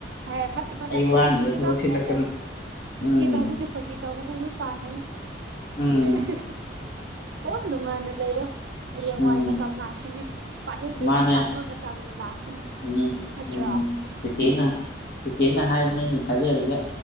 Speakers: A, on the right; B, on the left.
A: ꯍꯦ ꯐꯥꯠꯇꯕ
B: ꯑꯩ
A: ꯅꯠꯇꯦꯗ
B: ꯋꯥꯅꯕ
A: ꯐꯥꯒꯤ
B: ꯊꯕꯛ
A: ꯇꯕꯅꯦꯗ
B: ꯁꯤꯜꯂꯛꯀꯅꯨ ꯎꯝ
A: ꯑꯦ ꯇꯥꯕꯁꯦꯄꯒꯤꯦ ꯇꯥꯒꯅꯁꯨ ꯄꯥꯏꯔꯅ
B: ꯎꯝ
A: <unintelligible> ꯑꯣ ꯅꯨꯡꯉꯥꯏꯅ ꯂꯩꯌꯣ ꯍꯌꯦꯡꯋꯥꯏ
B: ꯎꯝ
A: ꯃꯇꯝ ꯂꯥꯛꯈꯤꯅꯤ ꯄꯥꯅꯤꯡꯗꯁꯨ
B: ꯃꯥꯅꯦ
A: ꯄꯥꯟꯕ ꯃꯇꯝ ꯂꯥꯛꯈꯤꯅꯤ
B: ꯎꯝ
A: ꯅꯠꯇ꯭ꯔꯣ
B: ꯎꯝ ꯆꯦꯆꯦꯅ ꯆꯦꯆꯦꯅ ꯍꯥꯏꯕꯅꯤꯅ ꯊꯥꯖꯔꯒꯦ